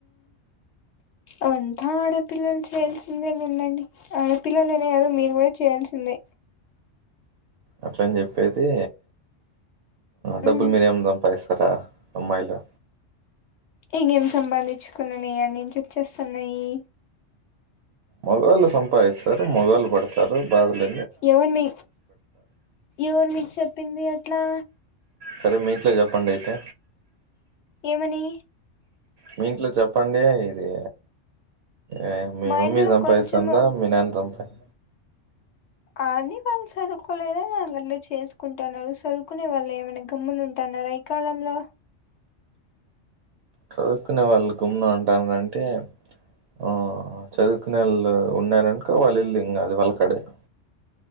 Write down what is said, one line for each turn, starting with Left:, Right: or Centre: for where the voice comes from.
Left: అంతా ఆడపిల్లలు చేయాల్సిందేని ఉండండి ఆడపిల్లలునే కాదు మీరు కూడా చేయాల్సిందే
Right: అట్లని చెప్పేసి డబ్బులు
Left: మ్
Right: మీరేము సంపాదించు అ అమ్మాయిలో
Left: ఇంకేం సంపాదించుకున్నా నయి అన్నించి వచ్చేస్తున్నాయి
Right: మగవాళ్ళ సంపాదిస్తారు మగళ్ళ పడతారు బాధలు
Left: ఎవన్ మీ ఎవన్ మీకు చెప్పింది అట్లా
Right: సరే మీ ఇంట్లో చెప్పండి అయితే
Left: ఏమని
Right: మీ ఇంట్లో చెప్పండి ఇది ఏ మీ
Left: మా
Right: మమ్మీ
Left: ఇంట్లో
Right: సంపాదిస్తుందా
Left: కొంచెము
Right: మీ నాన్న సంపాదిస్తుందా
Left: అని వాళ్ళు చదువుకోలేదాని వళ్ళ చేసుకుంటున్నారు చదువుకునే వాళ్ళు ఏమైనా గమ్ములు ఉంటాను న్న రైకాలంలో
Right: చదువుకునే వాళ్ళు గుమ్ము ఉంటారంటే ఆ చదువుకునేళ్ళు ఉన్నారనుక వాళ్ళు ఇళ్ళు ఇంకా అది వాళ్ళకి అడేారు